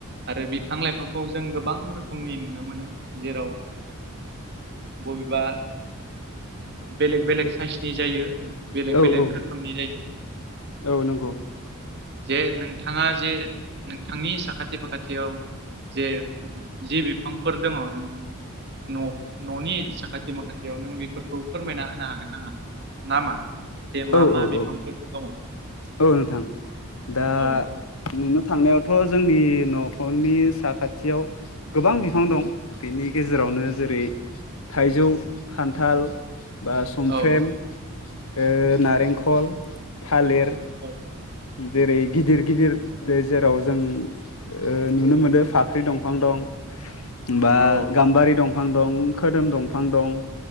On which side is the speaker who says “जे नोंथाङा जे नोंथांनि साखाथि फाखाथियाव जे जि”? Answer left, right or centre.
Right